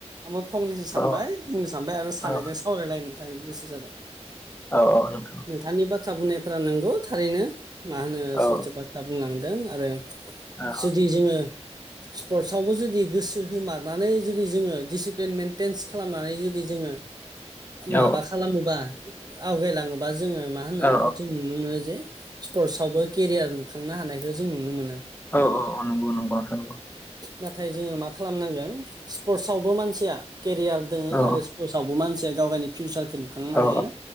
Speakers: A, on the right; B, on the left.
A: आंबो फंनैसो सानबाय
B: औ
A: बुंनो सानबाय आरो सानैजों
B: औ
A: सान आवरायलायनो थाखाय गोसो जाबाय
B: औ औ न
A: दानि बाथ्रा बुंनायफोरा नंगौ थारैनो मा होनो
B: औ
A: सैथो बाथ्रा बुंलांदों आरो
B: औ
A: जुदि जोङो स्पर्टसआवबो जुदि गोसो होमारनानै जुदि जोङो डिसिप्लिन मेेनटेन्स खालामनानै जुदि जोङो
B: औ
A: माबा खालामोबा आवगायलाङोबा जोङो मा होनो
B: औ
A: जों नुनो मोनो जे स्पर्टस आवबो केरियार लुखांनो हानायखौ जों नुनो मोनो
B: औ औ नंगौ नंगौ नंगौ
A: नाथाय जोङो मा खालामनांगोन स्पर्टसआवबो मानसिया केरियार दोङो
B: औ
A: आरो पसावबो मानसिया गाव गावनि फिउसारखौ लुखांनो
B: औ
A: हायो